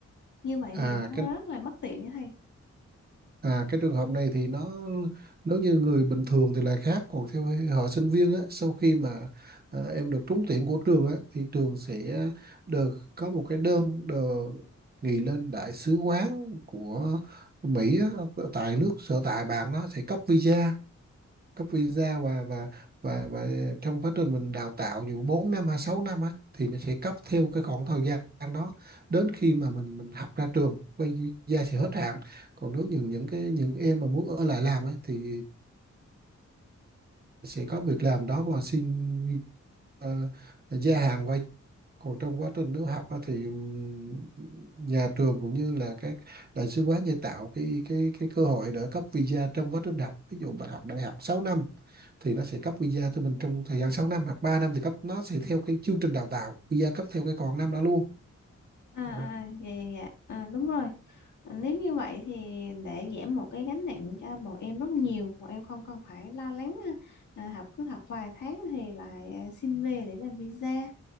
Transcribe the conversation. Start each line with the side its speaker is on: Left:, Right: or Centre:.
Left: Như vậy
Right: à
Left: thì nó
Right: cái
Left: rất là bất tiện với thầy.
Right: À, cái trường hợp này thì nó nếu như người bình thường thì là khác còn theo họ sinh viên á sau khi mà à, em được trúng tuyển của trường á thì trường sẽ được có một cái đơn được gửi lên đại sứ quán của Mỹ á, tại nước sở tại bạn nó sẽ cấp visa cấp visa và và và và trong quá trình mình đào tạo dù 4 năm hay 6 năm á thì nó sẽ cấp theo cái khoảng thời gian đó đến khi mà mình mình học ra trường quay visa sẽ hết hạn còn nếu những những cái những em mà muốn ở lại làm ấy thì sẽ có việc làm đó và xin ờ, gia hạn qua còn trong quá trình nếu học á thì ừm, nhà trường cũng như là các đại sứ quán sẽ tạo cái cái cái cơ hội để cấp visa trong quá trình học ví dụ bạn học đại học 6 năm thì nó sẽ cấp visa cho mình trong thời gian 6 năm hoặc 3 năm thì cấp nó sẽ theo cái chương trình đào tạo visa cấp theo cái còn năm đó luôn
Left: À,
Right: à,
Left: à, à, dạ dạ dạ à, đúng rồi à, nếu như vậy thì để giảm một cái gánh nặng cho bọn em rất nhiều bọn em không cần phải lo lắng à, à, học cứ học vài tháng thì lại à, xin về để làm visa